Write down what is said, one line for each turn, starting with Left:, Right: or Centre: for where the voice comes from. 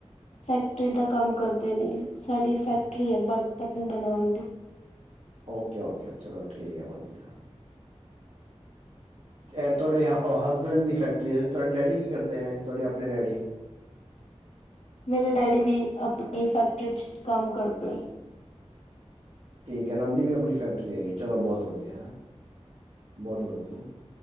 Left: ਫੈਕਟਰੀ ਦਾ ਕੰਮ ਕਰਦੇ ਨੇ ਸਾਡੀ ਫੈਕਟਰੀ ਹੈ ਬਰਤਨ ਬਣਾਉਣ ਦੀ।
Right: ਓਕੇ ਓਕੇ ਚਲੋ ਠੀਕ ਆ ਵਧੀਆ ਤੇ ਤੁਹਾਡੇ ਹ-ਹਸਬੈਂਡ ਦੀ ਫੈਕਟਰੀ ਹੈ ਤੁਹਾਡੇ ਡੈਡੀ ਕੀ ਕਰਦੇ ਨੇ ਤੁਹਾਡੀ ਆਪਣੇ ਡੈਡੀ?
Left: ਮੇਰੇ ਡੈਡੀ ਵੀ ਆਪਣੀ ਫੈਕਟਰੀ ਚ ਕੰਮ ਕਰਦੇ।
Right: ਕਨੰਦ ਦੀ ਵੀ ਆਪਣੀ ਫੈਕਰੀ ਹੈਗੀ ਚਲੋ ਬਹੁਤ ਵਧੀਆ ਬਹੁਤ ਵਧੀਆ